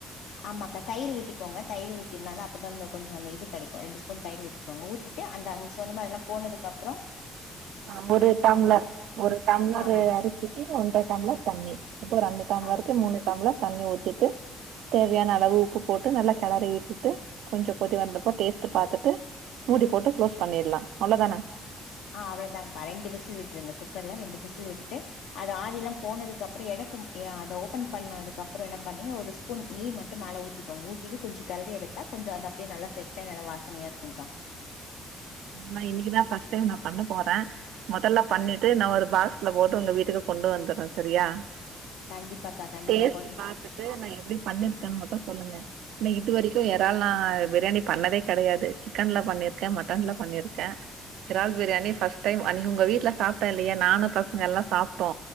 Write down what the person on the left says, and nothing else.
ஆமாக்கா தயிர் ஊத்திக்கோங்க தயிர் ஊத்தினாத அப்பதா அந்த கொஞ்ச அந்த இது கெடைக்கு ரெண்டு ஸ்பூன் தயிர் ஊத்திக்கோங்க ஊத்தி டு அந்த அன்னிக் சொன்னமாரிலா போனதுக்கப்றோ
ஆமா
ஆமா
அ அவ்ளதா கா ரெண்டு விசில் விட்டுருங்க குக்கர்ல ரெண்டு விசில் விட் டு அது ஆவி எல்லா
போனதுக்கு அப்றோ எடுக்கு ஏ அத ஓப்பன் பண்ணதுகப்றோ என்ன பண்ணீங்க ஒரு ஸ்பூன் நெய் மட்டு மேல ஊத்திக்கோங்க ஊத்திட்டு கொஞ்ச கெளறி எடுத் தா கொஞ்சோ அது அப்டியே நல்லா செட்டாயி நல்ல வாசனயா இருக்குகா
கண்டிப்பாக்கா கண்டிப்பா
கொ